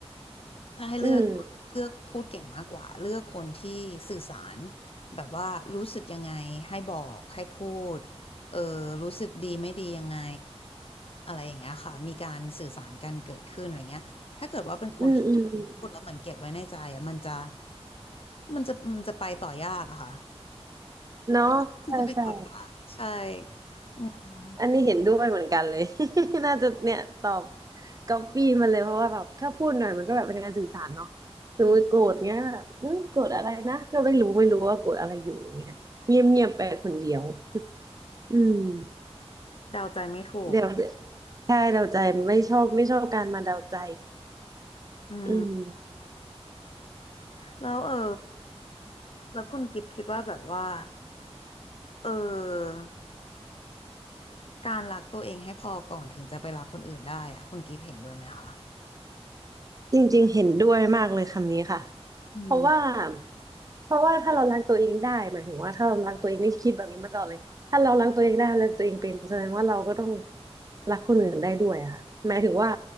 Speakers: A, on the left; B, on the right.
A: ถ้าให้เลือก
B: อืม
A: เลือกพูดเก่งมากกว่าเลือกคนที่สื่อสารแบบว่ารู้สึกยังไงให้บอกให้พูดเออรู้สึกดีไม่ดียังไงอะไรอย่างเงี้ยค่ะมีการสื่อสารกันเกิดขึ้นอะไรเงี้ยถ้าเกิดว่าเป็นคนที่
B: อืมอืม
A: พูดแล้วเหมือนเก็บไว้ในใจอะมันจะมันจะมันจะไปต่อยากอะค่ะ
B: เนาะใช่ใช่
A: มันจะไปต่อยากใช่อื
B: อันนี้เห็นด้วยเหมือนกันเลย <laughs> น่าจะเนี่ยตอบก๊อปปี้มาเลยเพราะว่าแบบถ้าพูดหน่อยมันก็แบบเป็นการสื่อสารเนาะสมมติโกรธเงี้ยแบบอืมโกรธอะไรนะก็ไม่รู้ไม่รู้ว่าโกรธอะไรอยู่เงี้ยเงียบเงียบไปคนเดียว
A: ม
B: อืม
A: เดาใจไม่ถูก
B: เดี๋ยวใช่เดาใจไม่ชอบไม่ชอบการมาเดาใจ
A: อืม
B: อืม
A: แล้วเออแล้วคุณกิฟต์คิดว่าแบบว่าเออการรักตัวเองให้พอก่อนถึงจะไปรักคนอื่นได้อะคุณกิฟต์เห็นด้วยไหมคะ
B: จริงๆเห็นด้วยมากเลยคำนี้ค่ะ
A: อืม
B: เพราะว่าเพราะว่าถ้าเรารักตัวเองได้หมายถึงว่าถ้าเรารักตัวเองนี่คิดแบบนี้มาตลอดเลยถ้าเรารักตัวเองได้รักตัวเองเป็นแสดงว่าเราก็ต้องรักคนอื่นได้ด้วยอะค่ะหมายถึงว่า